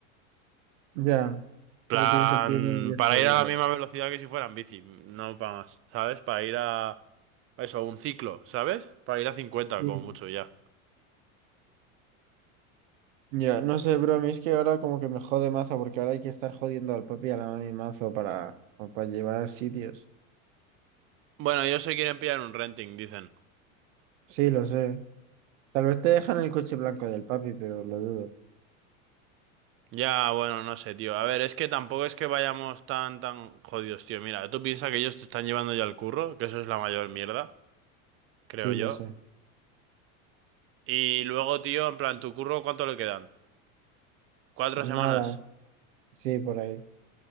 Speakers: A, on the right; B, on the right.
A: ya,
B: plan,
A: pero tienes el pie medio
B: para
A: jodido.
B: ir a la misma velocidad que si fuera en bici, no para más, ¿sabes? Para ir a eso, un ciclo, ¿sabes? Para ir a cincuenta
A: Sí.
B: como mucho ya.
A: Ya, no sé, bro, a mí es que ahora como que me jode mazo porque ahora hay que estar jodiendo al papi y a la mami mazo para, para llevar a sitios.
B: Bueno, ellos se quieren pillar un renting, dicen.
A: Sí, lo sé. Tal vez te dejan el coche blanco del papi, pero lo dudo.
B: Ya, bueno, no sé, tío. A ver, es que tampoco es que vayamos tan, tan jodidos, tío. Mira, tú piensas que ellos te están llevando ya al curro, que eso es la mayor mierda, creo
A: Sí,
B: yo.
A: lo sé.
B: Y luego, tío, en plan, ¿tu curro cuánto le quedan? ¿Cuatro
A: Nada,
B: semanas?
A: sí, por ahí.